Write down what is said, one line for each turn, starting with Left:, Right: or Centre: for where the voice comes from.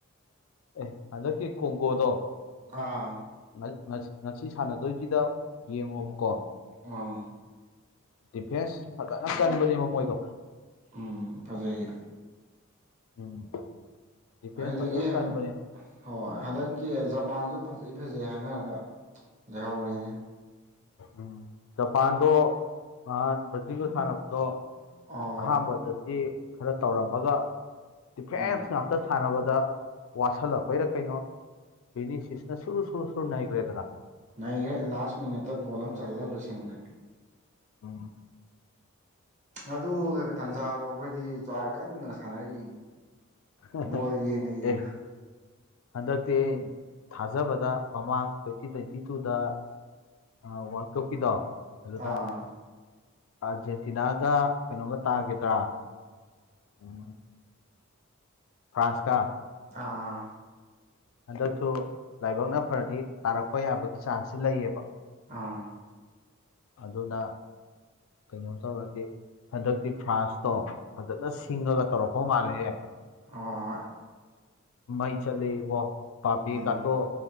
Left: ꯑꯦ ꯍꯟꯗꯛꯀꯤ ꯀꯣꯡꯒꯣꯗꯣ
Right: ꯑꯥ
Left: ꯉ ꯉꯁꯤ ꯁꯥꯟꯅꯗꯣꯏꯁꯤꯗ ꯌꯦꯡꯉꯣꯕꯀꯣ
Right: ꯑꯪ
Left: ꯗꯤꯐꯦꯟꯁ ꯐꯖꯅ ꯀꯟꯕꯅꯦꯕ ꯃꯣꯏꯗꯣ
Right: ꯎꯝ ꯐꯖꯩꯌꯦ
Left: ꯎꯝ ꯗꯤꯐꯦꯟꯁ
Right: ꯑꯩꯗꯗꯒꯤ
Left: ꯐꯖꯅ ꯀꯟꯕꯅꯦꯕ
Right: ꯍꯣꯏ ꯍꯟꯗꯛꯀꯤ ꯖꯄꯥꯟꯁꯨ ꯐꯖꯩ ꯐꯖꯩ ꯍꯥꯏꯅꯔꯒ ꯂꯩꯍꯧꯔꯦꯅꯦ
Left: ꯎꯝ ꯖꯄꯥꯟꯗꯣ ꯅꯍꯥꯟ ꯕ꯭ꯔꯖꯤꯟꯒ ꯁꯥꯟꯅꯕꯗꯣ
Right: ꯑꯣ
Left: ꯑꯍꯥꯟꯕꯗꯗꯤ ꯈꯔ ꯇꯧꯔꯝꯃꯒ ꯗꯤꯐꯦꯟꯁ
Right: ꯎꯝ
Left: ꯉꯥꯛꯇ ꯁꯥꯟꯅꯕꯗ ꯋꯥꯁꯤꯜꯂꯛꯄꯩꯔ ꯀꯩꯅꯣ ꯕꯤꯅꯤꯁꯤꯁꯤꯅ ꯁꯨꯔꯨ ꯁꯨꯔꯨ ꯁꯨꯔꯨ ꯅꯩꯈ꯭ꯔꯦꯗꯅ
Right: ꯅꯩꯒ꯭ꯔꯦ ꯂꯥꯁ ꯃꯤꯅꯤꯠꯇ ꯒꯣꯜ ꯑꯃ ꯆꯜꯂꯒ ꯂꯣꯏꯁꯤꯟꯒ꯭ꯔꯦ
Left: ꯎꯝ
Right: ꯑꯗꯨ ꯇꯥꯟꯖꯥꯗꯣ ꯑꯩꯈꯣꯏꯗꯤ ꯖ꯭ꯋꯥꯔ ꯀꯟꯅ ꯁꯥꯟꯅꯔꯤ
Left: <unintelligible>
Right: ꯕꯣꯜ ꯌꯦꯡꯅ ꯌꯦꯡꯅ
Left: ꯍꯟꯗꯛꯇꯤ ꯑꯩ ꯊꯥꯖꯕꯗ ꯃꯃꯥꯡ ꯇ꯭ꯋꯦꯟꯇꯤ ꯇ꯭ꯋꯦꯟꯇꯤ ꯇꯨꯗ ꯑ ꯋꯥꯔꯜ ꯀꯞꯀꯤꯗꯣ ꯑꯗꯨꯗ
Right: ꯑꯥ
Left: ꯑꯥꯔꯖꯦꯟꯇꯤꯅꯥꯒ ꯀꯩꯅꯣꯒ ꯇꯥꯒꯗ꯭ꯔꯥ ꯎꯝ ꯐ꯭ꯔꯥꯟꯁ ꯀꯥ
Right: ꯑꯥ
Left: ꯍꯟꯗꯛꯁꯨ ꯂꯥꯏꯕꯛꯅ ꯐꯔꯗꯤ ꯇꯥꯔꯛꯄ ꯌꯥꯕꯒꯤ ꯆꯥꯟꯁꯁꯤ ꯂꯩꯌꯦꯕ
Right: ꯑꯥ
Left: ꯑꯗꯨꯅ ꯀꯩꯅꯣ ꯇꯧꯔꯗꯤ ꯍꯟꯗꯛꯇꯤ ꯐ꯭ꯔꯥꯟꯁꯇꯣ ꯐꯖꯅ ꯁꯤꯡꯉꯒ ꯇꯧꯔꯛꯄ ꯃꯥꯜꯂꯦꯍꯦ
Right: ꯑꯣꯏ
Left: ꯃꯩ ꯆꯠꯂꯦ ꯏꯕꫭ ꯄꯥꯄꯦ
Right: ꯎꯝ
Left: ꯀꯥꯇꯣ